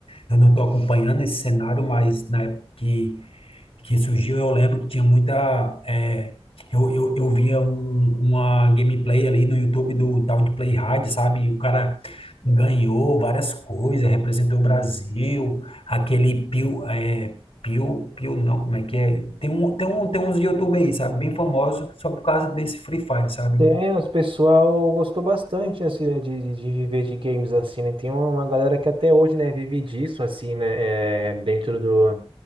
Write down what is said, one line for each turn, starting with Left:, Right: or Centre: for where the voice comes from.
Left: eu não estou acompanhando esse cenário, mas na época que que surgiu, eu lembro que tinha muita. é, eu, eu, eu via um- uma gameplay ali no YouTube do tal de Play Hard, sabe? E O cara ganhou várias coisas, representou o Brasil, aquele Pio. É, Pio, Pio não, como é que é? Tem, um, tem, um, tem uns YouTube aí, sabe? Bem famosos, só por causa desse Free Fire, sabe?
Right: Tem, o pessoal gostou bastante, assim, né, de, de de viver de games, assim, né? Tem uma uma galera que até hoje, né, vive disso, assim, né? é, dentro do,